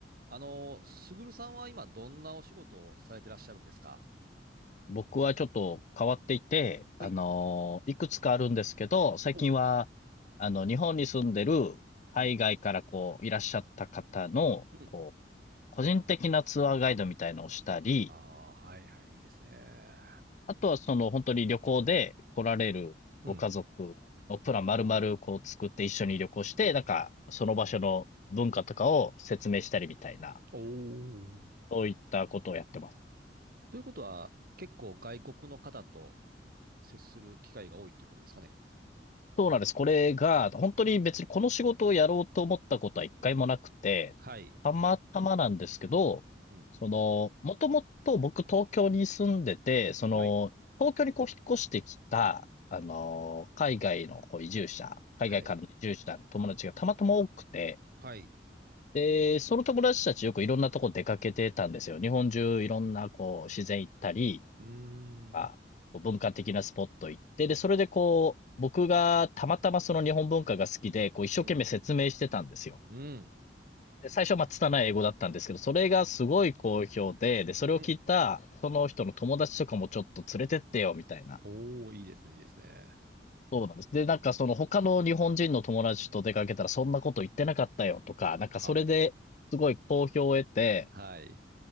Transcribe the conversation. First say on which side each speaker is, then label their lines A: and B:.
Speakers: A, on the right (about 60°); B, on the left (about 45°).
A: あの、すぐるさんは今どんなお仕事をされてらっしゃるんですか
B: 僕はちょっと変わっていて、
A: はい。
B: あのーいくつかあるんですけど、最近は、
A: ほう
B: あの、日本に住んでる海外からこう、
A: うん。
B: いらっしゃった方の、
A: うん。
B: こう、個人的なツアーガイドみたいのをしたり、
A: ああ、はいはい、いいですね。
B: あとはその本当に旅行で来られるご家族のプラン丸々こう作って一緒に旅行して、
A: うん。
B: なんか、その場所の文化とかを説明したりみたいな、
A: おお。
B: そういったことをやってます。
A: ということは、結構外国の方と接する機会が多いということですかね。
B: そうなんです。これが、本当に別にこの仕事をやろうと思ったことは一回もなくて、
A: はい。
B: たまたまなんですけど、
A: うん。
B: その、もともと僕東京に住んでて、その、
A: はい。
B: 東京にこう引っ越してきた、あの、海外のこう移住者、海外からの移住者の友達がたまたま多くて、
A: はい。はい。
B: で、その友達たちよくいろんなとこ出かけてたんですよ。日本中いろんなこう自然行ったり、
A: うー
B: か、
A: ん。
B: こう文化的なスポット行って、で、それでこう、僕がたまたまその日本文化が好きで、こう一生懸命説明してたんですよ。
A: うん。うん。
B: で、最初はまあ拙い英語だったんですけど、それがすごい好評で、
A: うん。
B: で、それを聞いた、
A: うん。
B: その人の友達とかもちょっと連れてってよ、みたいな。
A: おおいいですね、いいですね。
B: そうなんです。で、なんかその他の日本人の友達と出かけたらそんなこと言ってなかったよとか、なんかそれですごい好評を得て、
A: は。はい。